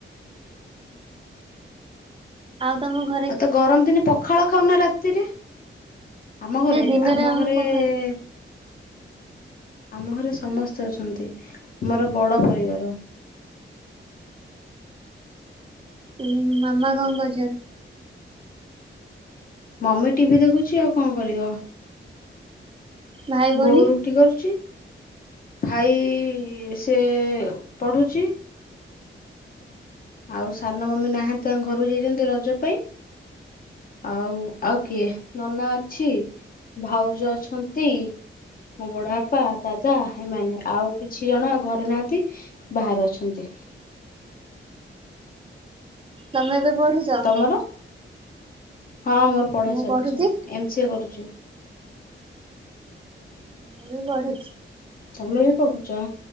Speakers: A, on the right (about 25°); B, on the left (about 45°).
A: ଆଉ ତମ ଘ
B: ଆଉ ତ ଗରମ ଦିନେ ପଖାଳ ଖାଉନ ରାତିରେ ଆମ
A: ନା
B: ଘରେ
A: ଦିନରେ
B: ଆମ ଘରେ
A: ପଖାଳ
B: ଏ ଆମ ଘରେ ସମସ୍ତେ ଅଛନ୍ତି ଆମର ବଡ଼ ପରିବାର।
A: ଉମ ମାମା କଣ କରୁଛନ୍ତି?
B: ମମି ଟିଭି ଦେଖୁଚି ଆଉ କଣ କରିବ।
A: ଭାଇ ଭଉଣୀ?
B: ବୋଉ ରୁଟି କରୁଛି ଭାଇ ସେ ଏ ପଢୁଚି। ଆଉ ସାନ ମମି ନାହାନ୍ତି ତାଙ୍କ ଘରକୁ ଯାଇଛନ୍ତି ରଜ ପାଇଁ ଆଉ ଆଉ କିଏ ନନା ଅଛି। ଭାଉଜ ଅଛନ୍ତି। ମୋ ବଡ ବାପା ଦାଦା ଏମାନେ ଆଉ କିଛି ଜଣ ଘରେ ନାହାନ୍ତି ବାହାରେ ଅଛନ୍ତି।
A: ତମେ ଏବେ ପଢୁଚ?
B: <unintelligible> ହଁ ମୋର ପଢା
A: ମୁଁ
B: ଚାଲିଛି
A: ପଢୁଛି
B: ଏମ ସି ଏ କରୁଛି।
A: ମୁଁ ବି ପଢୁ
B: ତମେ ବି ପଢୁଚ